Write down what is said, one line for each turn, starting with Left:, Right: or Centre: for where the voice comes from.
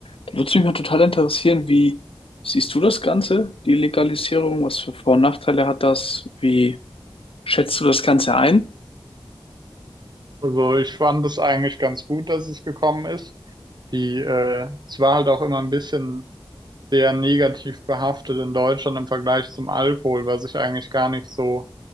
Left: Da würde mich mal total interessieren, wie siehst du das Ganze, die Legalisierung? Was für Vor- und Nachteile hat das? Wie schätzt du das Ganze ein?
Right: Also ich fand es eigentlich ganz gut, dass es gekommen ist. Die, äh, es war halt auch immer ein bisschen sehr negativ behaftet in Deutschland im Vergleich zum Alkohol, was ich eigentlich gar nicht so